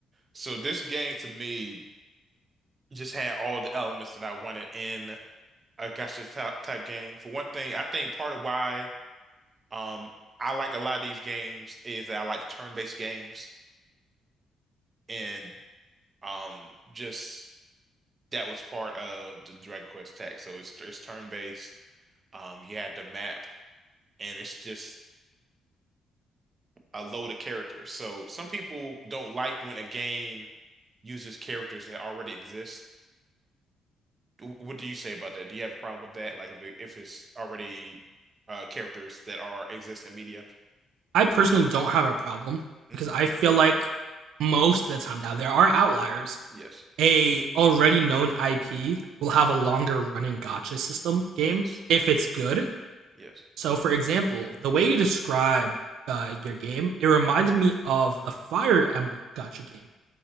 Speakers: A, on the right (about 35°); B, on the right (about 80°).
A: So this game to me just had all the elements that I wanted in a gotcha ty- type game. For one thing, I think part of why um I like a lot of these games is that I like turn-based games and um just that was part of the Dragon Quest tech. So it's it's turn-based. Um, you had the map and it's just. a load of characters. So some people don't like when a game uses characters that already exist. Wh- What do you say about that? Do you have a problem with that? Like if it, if it's already uh, characters that are exist in media?
B: I personally don't have a problem
A: hmm
B: because I feel like most of the time now there are outliers
A: Yes.
B: a already known IP will have a longer running gotcha system game
A: Yes.
B: if it's good.
A: Yes.
B: So, for example, the way you describe uh, your game, it reminded me of the Fire Emblem gotcha game,